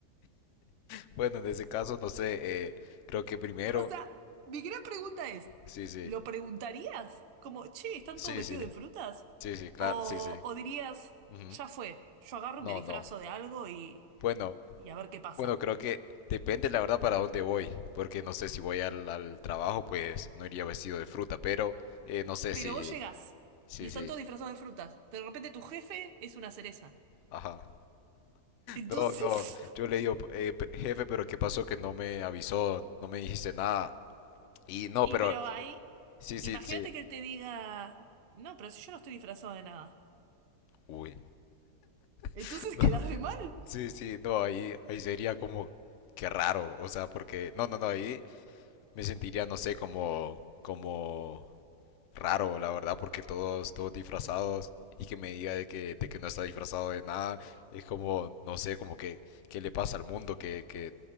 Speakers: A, on the left; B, on the right.
A: Bueno, en ese caso, no sé, eh, creo que primero.
B: O sea, mi gran pregunta es,
A: Sí, sí,
B: ¿lo preguntarías? Como, che, ¿están
A: sí,
B: todos vestidos
A: sí,
B: de frutas?
A: sí, sí, claro,
B: O,
A: sí, sí.
B: o dirías,
A: Ujú,
B: ya fue, yo agarro
A: No,
B: y me disfrazo
A: no.
B: de algo y,
A: Bueno.
B: y a ver qué pasa.
A: Bueno, creo que depende la verdad para dónde voy, porque no sé si voy al, al trabajo, pues no iría vestido de fruta, pero eh, no sé
B: Pero
A: si,
B: vos llegás
A: sí,
B: y están
A: sí,
B: todos disfrazados de frutas. De repente tu jefe es una cereza.
A: ajá. <laughs>
B: Entonces,
A: No, no, yo le digo, "Eh, pe- jefe, pero ¿qué pasó que no me avisó, no me dijiste nada? Y
B: <laughs>
A: no,
B: y
A: pero
B: pero ahí,
A: sí, sí,
B: imagínate
A: sí,
B: que él te diga, no, pero si yo no estoy disfrazado de nada.
A: uy,
B: Entonces
A: <laughs> no,
B: quedás re mal.
A: sí, sí, no, ahí, ahí sería como, qué raro, o sea, porque, no, no, no, ahí me sentiría, no sé, como, como raro, la verdad, porque todos, todos disfrazados y que me diga de que, de que no está disfrazado de nada, es como, no sé, como que, ¿qué le pasa al mundo? Que, que,